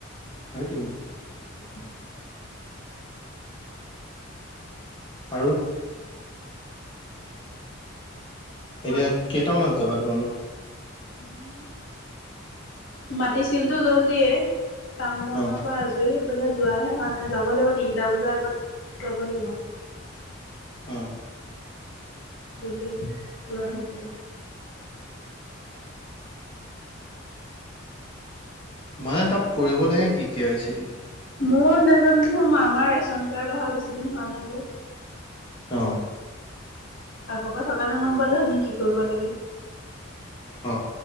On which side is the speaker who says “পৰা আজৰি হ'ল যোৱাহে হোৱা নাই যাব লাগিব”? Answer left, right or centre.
Left